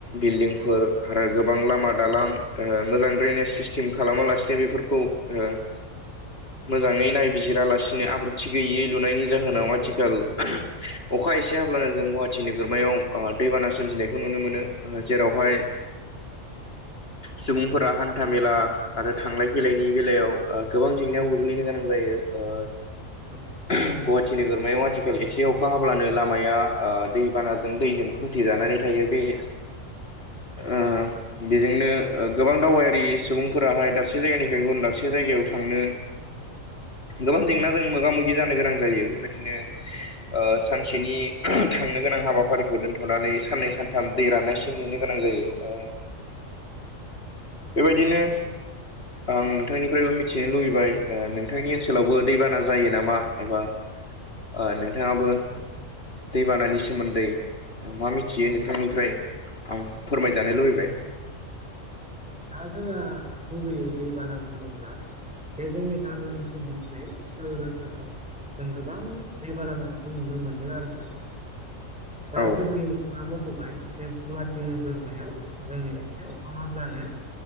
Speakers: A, on the left (about 50°); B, in the centre.
A: बिल्डिंफोर आरो गोबां लामा दालां ओ मोजां ड्रेनेज सिस्टेम खालामालासिनो बेफोरखौ खौ ओ
B: <inaudible>
A: मोजाङै नायबिजिरालासिनो आब्रुथि गैयै लुनायनि जाहोनाव आ थिखाल <unintelligible> अखा एसे हाब्लानो जों गुवाहाटटि नोगोरमायाव ओ दैबाना सोमजिनायखौ नुनो मोनो जेरावहाय
B: <inaudible>
A: सुबुंफोरा हानथा मेला आरो थांलाय फैलायनि बेलायाव ओ गोबां जेंनायाव गोग्लैनो गोनां जायो। ओ
B: औ
A: <unintelligible> गुवाहाटी नोगोर मायाव आथिखाल एसे अखा हाब्लानो लामाया ओ दैबानाजों दैजों होथिजानानै थायो बे
B: <inaudible>
A: ओ बेजोंनो ओ गोबां दावबायारि सुबुंफोराहाय दाबसे जायगानिफ्राय गुबुन दाबसे जायगायाव थांनो
B: <inaudible>
A: गोबां जेंनाजों मोगा मोगि जानो गोनां जायो बेबायदिनो ओ सानसेनि
B: औ
A: थांनो गोनां हाबाफारिखौ दोन्थ'नानै साननै सानथाम दै राननायसिम नेनो गोनां जायो ओ
B: <inaudible>
A: बेबायदिनो आं नोंथांनिफ्रायबो मिथिनो लुबैबाय ओ नोंथांनि ओनसोलावबो दैबाना जायो नामा एबा ओ नोंथाङाबो दैबानानि सोमोनदै मा मिथियो
B: औ
A: नोंथांनिफ्राय आं फोरमायजानो लुबैबाय
B: दा जोंहा गुबैयै दैबाना बुङोब्ला बे जोंनि गामि ओनसोलनिफ्राय सोहोर ओनसोलाव जों गोबां दैबाना जानायखौ नुनो मोनदों आरो नोंथां दा
A: औ
B: गुबैयै नोंथाङा मख'बाय जे गुवाहाटी नोगोरमायाव जोङो एसे अखा हाब्लानो